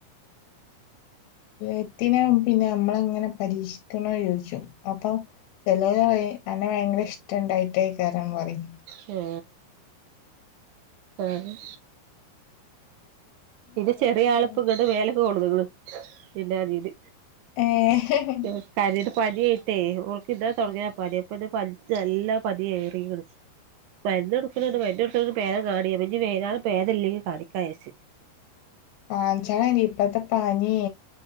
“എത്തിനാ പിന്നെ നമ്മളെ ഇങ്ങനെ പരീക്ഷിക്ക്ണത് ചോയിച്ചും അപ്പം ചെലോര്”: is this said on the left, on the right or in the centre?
Left